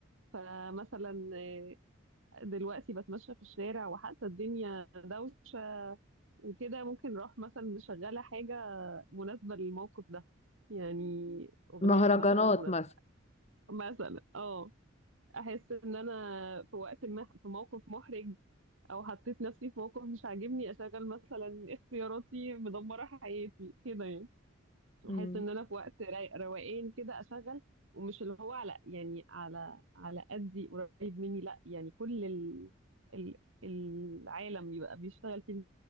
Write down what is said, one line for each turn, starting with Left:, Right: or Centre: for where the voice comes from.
Right: فمثلا آه، دلوقتي بتمشى في الشارع وحاسه الدنيا دوشه وكده ممكن اروح مثلا مشغله حاجه مناسبه للموقف ده يعني اغنيه
Left: مهرجانات
Right: مثلا مناسبه
Left: مثلا
Right: مثلا اه احس ان انا في وقت ما في موقف محرج او حطيت نفسي في موقف مش عاجبني اشغل مثلا اختياراتي مدمره حياتي كده يعني
Left: مم.
Right: احس ان انا في وقت راي- روقان كده اشغل ومش اللي هو على يعني على على قدي قريب مني لا يعني كل ال ال العالم يبقى بيشتغل في